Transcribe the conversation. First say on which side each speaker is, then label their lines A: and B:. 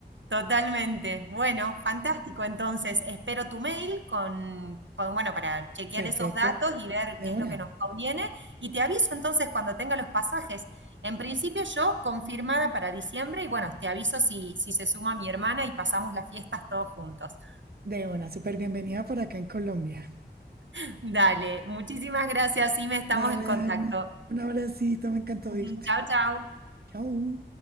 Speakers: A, on the right; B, on the right.
A: Totalmente. Bueno, fantástico. Entonces, espero tu mail con, con, bueno, para chequear
B: Perfecto.
A: esos datos y ver
B: De
A: qué
B: una.
A: es lo que nos conviene. Y te aviso entonces cuando tenga los pasajes. En principio yo confirmada para diciembre y bueno, te aviso si, si se suma mi hermana y pasamos las fiestas todos juntos.
B: De una, súper bienvenida por acá en Colombia.
A: <laughs> Dale, muchísimas gracias, me estamos
B: Dale,
A: en contacto.
B: Dani. Un abracito, me encantó
A: <laughs>
B: irte.
A: Chao, chao.
B: Chau.